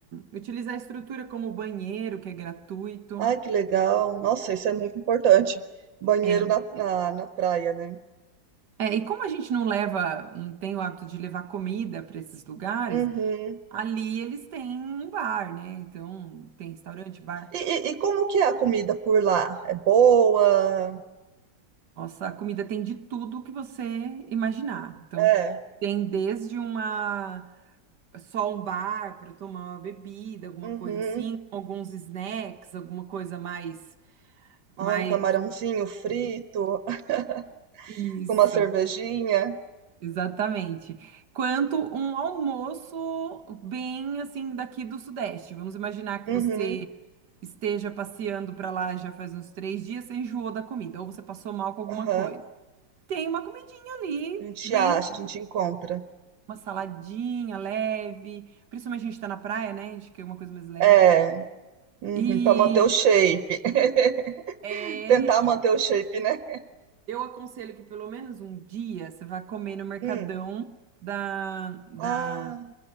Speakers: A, on the right; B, on the right.
A: utilizar a estrutura como banheiro, que é gratuito.
B: Ai, que legal. Nossa, isso é muito importante. Banheiro
A: É,
B: na, na, na praia, né?
A: é, e como a gente não leva, não tem o hábito de levar comida para esses lugares,
B: Uhum.
A: ali eles têm um bar, né? Então, tem restaurante, bar.
B: E, e, e como que é a comida por lá? É boa?
A: Nossa, a comida tem de tudo que você imaginar. Então,
B: É.
A: tem desde uma só um bar para tomar uma bebida, alguma
B: Uhum.
A: coisa assim, com alguns snacks, alguma coisa mais Mas
B: Ai, um camarãozinho frito,
A: isso,
B: <laughs> com uma cervejinha.
A: exatamente. Quanto um almoço bem assim daqui do Sudeste. Vamos imaginar que
B: Uhum.
A: você esteja passeando para lá já faz uns três dias, você enjoou da comida, ou você passou mal com alguma
B: Aham.
A: coisa. Tem uma comidinha ali,
B: A gente
A: bem,
B: acha, a gente encontra.
A: uma saladinha leve, principalmente a gente está na praia, né? A gente quer uma coisa mais leve.
B: É. Uhum.
A: E,
B: Pra manter o shape.
A: é,
B: <laughs> Tentar
A: e
B: manter o shape, né?
A: eu aconselho que pelo menos um dia você vá comer no mercadão
B: Hum.
A: da, da
B: Ah,